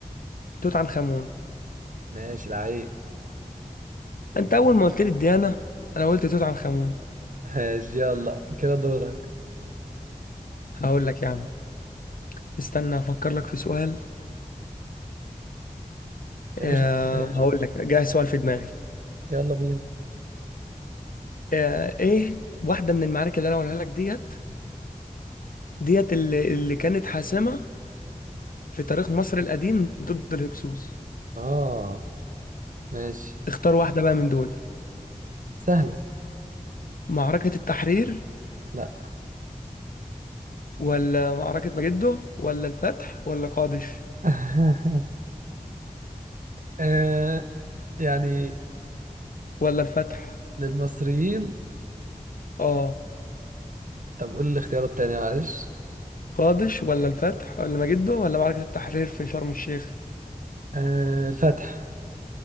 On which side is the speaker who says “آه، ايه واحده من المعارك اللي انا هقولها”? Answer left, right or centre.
Left